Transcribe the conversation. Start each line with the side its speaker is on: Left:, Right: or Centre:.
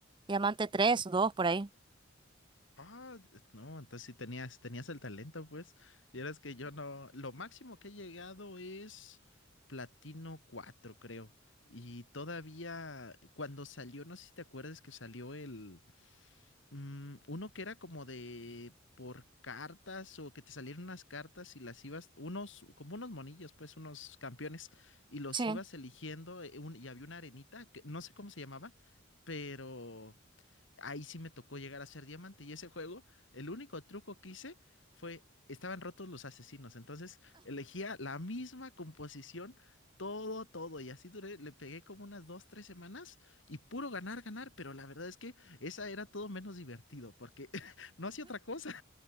Right: Diamante tres dos por ahí.
Left: Ah, no, entonces sí tenías, tenías el talento, pues. Y eras que yo no, lo máximo que he llegado es platino 4 creo. Y todavía, cuando salió, no sé si te acuerdas que salió el, mm, uno que era como de por cartas o que te salieron unas cartas y las ibas, unos, como unos monillos, pues, unos campeones, y los
Right: Sí.
Left: ibas eligiendo, eh, un- y había una arenita, que no sé cómo se llamaba, pero ahí sí me tocó llegar a ser diamante. Y ese juego, el único truco que hice fue, estaban rotos los asesinos. Entonces elegía la misma composición, todo, todo. Y así duré, le pegué como unas dos, tres semanas y puro ganar, ganar. Pero la verdad es que esa era todo menos divertido porque <laughs> no hacía otra cosa.